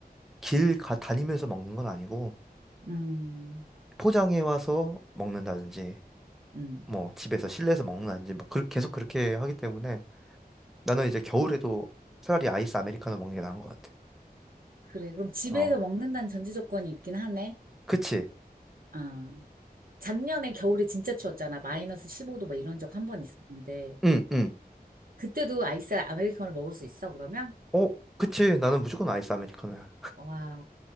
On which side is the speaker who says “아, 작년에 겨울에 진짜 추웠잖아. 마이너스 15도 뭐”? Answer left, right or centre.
Right